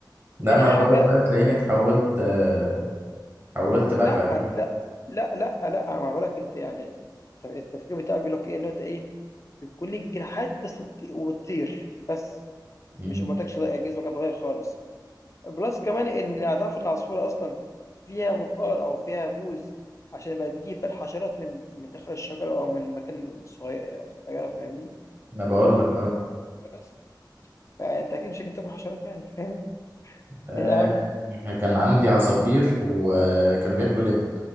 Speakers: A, on the right; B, on the left.
A: لا
B: تاني
A: ما
B: حاجه
A: بقول لك بقى تلاقيني اتحولت آه، اتحولت بقى
B: لا
A: فعليا
B: انت لا لا لا لا انا ما بقولك انت يعني طب التفكير بتاعي بيقول لك ايه ان انت ايه يكون ليك جناحات بس تط- وبتطير بس
A: مم.
B: مش ما قلتكش لا، جسمك هيتغير خالص بلس كمان ان هتعرف ان العصفوره اصلا فيها منقار او فيها بوز عشان يبقى تجيب الحشرات من من داخل الشجره او من مكان صغير صغيره فاهمني
A: أنا بقول لك أه
B: بس فانت اكيد مش هتاكل حشرات يعني فاهم
A: آه،
B: يا عم
A: كان عندي عصافير وكانوا بياكلوا لب